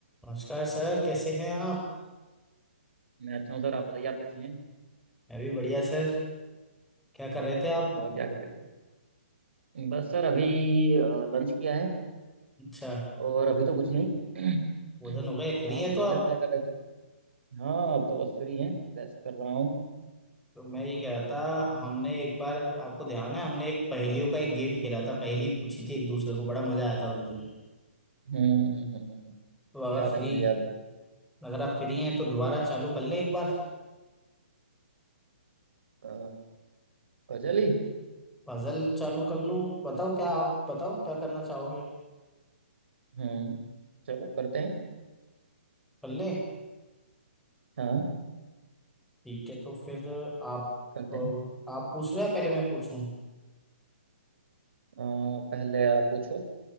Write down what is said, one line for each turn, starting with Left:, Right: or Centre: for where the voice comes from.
Centre: नमस्कार सर कैसे हैं आप
Right: मैं अच्छा हूँ सर आप बताइए आप कैसे हैं
Centre: मैं भी बढ़िया सर क्या कर रहे थे आप
Right: और क्या कर रहे थे बस सर अभी लंच किया है
Centre: अच्छा
Right: और अभी तो कुछ नहीं <clears throat>
Centre: भोजन हो गए फ्री
Right: आप
Centre: हैं
Right: बताइए
Centre: तो आप
Right: आप क्या कर रहे थे हाँ अब तो बस फ्री हैं रेस्ट कर रहा हूँ
Centre: तो मैं ये कह रहा था हमने एक बार आपको ध्यान है हमने एक पहेलियों का एक गेम खेला था पहेली पूछी थी एक दूसरे को बड़ा मजा आया था उस दिन
Right: हम्म हम्म, हम्म, हम्म, हम्म।
Centre: तो अगर
Right: याद
Centre: फ्री
Right: है मुझे याद है
Centre: अगर आप फ्री हैं तो दोबारा चालू कर लें एक बार
Right: अ, गजल ही
Centre: पजल चालू कर लो बताओ क्या आप बताओ क्या करना चाहोगे
Right: हम्म चलो करते हैं
Centre: कर लें
Right: हाँ
Centre: ठीक है तो फिर आप
Right: करते
Centre: तो
Right: हैं
Centre: आप पूछ रहे हैं पहले मैं पूछूं
Right: अ, पहले आप पूछो